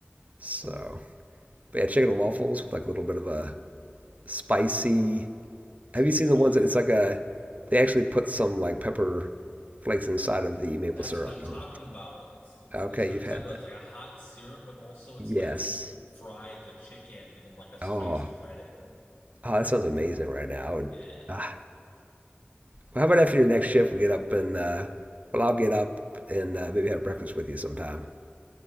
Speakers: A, on the right; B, on the left.
A: So, but yeah, chicken and waffles with like a little bit of a spicy.
B: Spicy
A: Have you seen the
B: cake.
A: ones that it's like a they actually put some like pepper flakes inside of the maple
B: That's
A: syrup.
B: what I'm
A: I
B: talking
A: don't know if you-
B: about. It's
A: Okay,
B: that's what
A: you've
B: I'm talking
A: had
B: about.
A: that.
B: It's like a hot syrup, but also it's
A: Yes.
B: like you fry the chicken in like a spicy
A: Oh,
B: breading.
A: oh, that sounds amazing right now. I would,
B: It is.
A: ah. Well, how about after your next shift, we get up and, uh, well, I'll get up and uh, maybe have breakfast with you sometime.